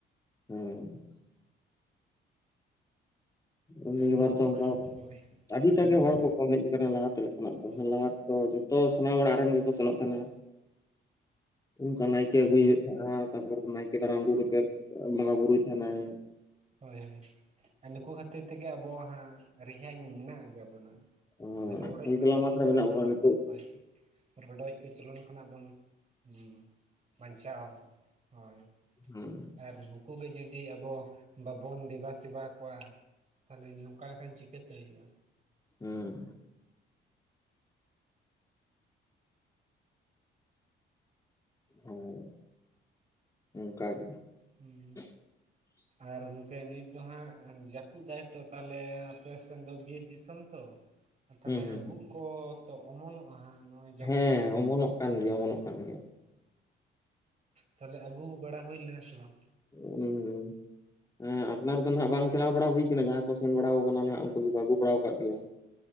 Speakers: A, on the left (about 20°); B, on the right (about 35°).
A: ᱦᱩᱸ, <inaudible> ᱱᱤᱭᱟᱹᱵᱟᱨ
B: ᱱᱩᱠᱩ
A: ᱫᱚ ᱚᱱᱠᱟ
B: ᱦᱳᱭ
A: ᱟᱹᱰᱤᱴᱟᱜ
B: ᱦᱩᱸ
A: ᱜᱮ ᱦᱚᱲ ᱠᱚ ᱠᱚᱢ ᱦᱮᱜ ᱟᱠᱟᱱᱟ ᱞᱟᱦᱟᱛᱮ ᱞᱮᱠᱟᱱᱟᱜ ᱫᱚ
B: ᱦᱳᱭ
A: ᱞᱟᱦᱟᱛ, ᱚ ᱡᱚᱛᱚ ᱥᱟᱱᱟᱢ ᱚᱲᱟᱜ ᱨᱮᱱ ᱜᱮᱠᱚ ᱥᱮᱱᱚᱜ ᱛᱟᱦᱮᱱᱟ ᱚᱱᱠᱟ ᱱᱟᱭᱠᱮ
B: ᱦᱩᱸ
A: ᱟᱹᱜᱩᱭ ᱮ, ᱟᱨ ᱛᱟᱯᱚᱨ ᱱᱟᱭᱠᱮ ᱫᱟᱨᱟᱢ ᱟᱹᱜᱩ ᱠᱟᱛᱮᱜ ᱵᱚᱸᱜᱟ ᱵᱩᱨᱩᱭ ᱛᱟᱦᱮᱱᱟᱭ᱾
B: ᱦᱳᱭ ᱦᱳᱭ ᱟᱨ ᱱᱩᱠᱩ ᱠᱷᱟᱹᱛᱤᱨ ᱛᱮᱜᱮ ᱟᱵᱚ ᱦᱟᱸᱜ ᱨᱮᱦᱟᱧ ᱢᱮᱱᱟᱜ ᱟᱠᱟᱫ ᱵᱚᱱᱟ,
A: ᱦᱮᱸ
B: ᱨᱚᱰᱚᱡ
A: ᱥᱟᱹᱦᱤ
B: ᱠᱚᱪᱚᱞᱚᱱ
A: ᱥᱟᱞᱟᱢᱟᱛ ᱨᱮ
B: ᱠᱷᱚᱱᱟᱜ
A: ᱢᱮᱱᱟᱜ
B: ᱵᱚᱱ
A: ᱵᱚᱱᱟ ᱱᱤᱛᱚᱜ
B: ᱦᱳᱭ, ᱨᱚᱰᱚᱡ ᱠᱚᱪᱚᱞᱚᱱ ᱠᱷᱚᱱᱟᱜ ᱵᱚᱱ ᱦᱩᱸ ᱵᱟᱧᱪᱟᱣ ᱦᱚᱭ
A: ᱦᱮᱸ
B: ᱟᱨ ᱱᱩᱠ ᱩᱱᱠᱩ ᱜᱮ ᱡᱩᱫᱤ ᱟᱵᱚ ᱵᱟᱵᱚᱱ ᱫᱮᱵᱟ ᱥᱮᱵᱟ ᱠᱚᱣᱟ ᱛᱟᱦᱚᱞᱮ ᱱᱚᱝᱠᱟ ᱞᱮᱠᱟᱱ ᱪᱤᱠᱟᱹ ᱛᱮ ᱦᱩᱭᱩᱜᱼᱟ᱾
A: ᱦᱩᱸ, ᱦᱩᱸ ᱚᱱᱠᱟ ᱜᱮ,
B: ᱦᱩᱸ,
A: <inaudible>
B: ᱟᱨ ᱜᱚᱝᱠᱮ ᱱᱤᱛ ᱫᱚ ᱦᱟᱸᱜ ᱡᱟᱹᱯᱩᱫ ᱫᱟᱭ ᱛᱚ ᱛᱟᱦᱚᱞᱮ ᱟᱯᱮᱥᱮᱱ ᱫᱚ ᱵᱤᱨ ᱫᱤᱥᱚᱢ ᱛᱚ,
A: <inaudible>
B: ᱟᱨ ᱛᱟᱦᱚᱞᱮ ᱦᱟᱸᱜ
A: ᱦᱩᱸ
B: ᱩᱫ ᱠᱚ ᱛᱚ ᱚᱢᱚᱱᱚᱜᱼᱟ ᱦᱟᱸᱜ, ᱱᱚᱜᱼᱚᱭ ᱡᱟᱹᱯᱩᱫ
A: ᱦᱮᱸ
B: ᱨᱮ
A: ᱚᱢᱚᱱᱚᱜ ᱠᱟᱱ ᱜᱮᱭᱟ ᱚᱢᱚᱱᱚᱜ ᱠᱟᱱ ᱜᱮᱭᱟ᱾
B: ᱛᱟᱦᱚᱞᱮ ᱟᱹᱜᱩ ᱵᱟᱲᱟ ᱦᱩᱭ ᱞᱮᱱᱟ ᱥᱮ ᱵᱟᱝ?
A: ᱦᱩᱸᱻ ᱦᱮᱸ ᱟᱯᱱᱟᱨ ᱫᱚ ᱱᱟᱦᱟᱜ ᱵᱟᱝ ᱪᱟᱞᱟᱣ ᱵᱟᱲᱟ ᱦᱩᱭᱠᱟᱱᱟ ᱡᱟᱦᱟᱸ ᱠᱚ ᱥᱮᱱ ᱵᱟᱲᱟ ᱟᱠᱟᱱᱟ ᱱᱟᱦᱟᱜ ᱩᱱᱠᱩ ᱫᱚᱠᱚ ᱟᱹᱜᱩ ᱵᱟᱲᱟ ᱠᱟᱜ ᱜᱮᱭᱟ᱾ <inaudible>